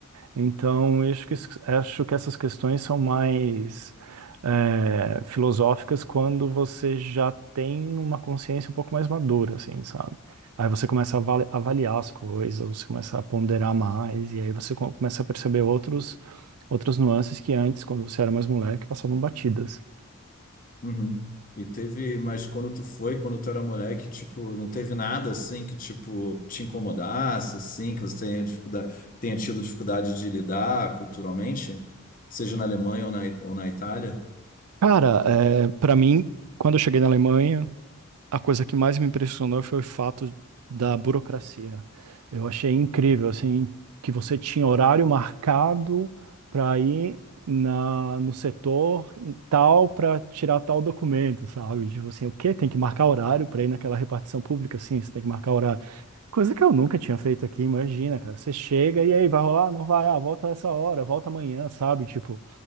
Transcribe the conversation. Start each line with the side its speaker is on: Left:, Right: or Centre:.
Right: Então, eu acho que, es- acho que essas questões são mais é, filosóficas quando você já tem uma consciência um pouco mais madura, assim, sabe? Aí você começa a avali- avaliar as coisas, você começa a ponderar mais, e aí você co- começa a perceber outros, outras nuances que antes, quando você era mais moleque, passavam batidas.
Left: Uhum. E teve, mas quando tu foi, quando tu era moleque, tipo, não teve nada assim que, tipo, te incomodasse, assim, que você tenha dificuldade, tenha tido dificuldade de lidar culturalmente, seja na Alemanha ou na, ou na Itália?
Right: Cara, é, para mim, quando eu cheguei na Alemanha, a coisa que mais me impressionou foi o fato da burocracia. Eu achei incrível, assim, que você tinha horário marcado para ir na, no setor tal para tirar tal documento, sabe? Tipo assim, o quê? Tem que marcar horário para ir naquela repartição pública? Sim, você tem que marcar horário. Coisa que eu nunca tinha feito aqui, imagina, cara. Você chega e aí vai rolar? Não vai, ah, volta essa hora, volta amanhã, sabe? Tipo.